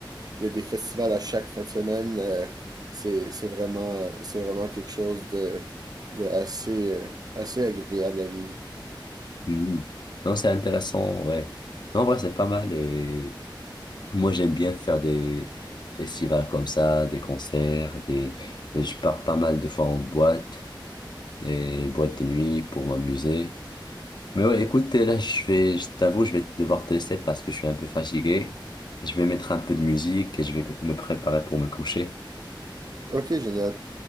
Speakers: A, on the right; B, on the left.
A: Il y a des festivals à chaque fin de semaine. euh, c'est, c'est vraiment, euh, c'est vraiment quelque chose de, de assez, euh, assez agréable à vivre.
B: Mm. Non, c'est intéressant, ouais. Non, en vrai, c'est pas mal. Et moi, j'aime bien faire des festivals comme ça, des concerts, des... Je pars pas mal de fois en boîte, et boîte de nuit pour m'amuser. Mais ouais, écoute, là, je vais, je t'avoue, je vais devoir te laisser parce que je suis un peu fatigué. Je vais mettre un peu de musique et je vais me préparer pour me coucher.
A: OK, génial.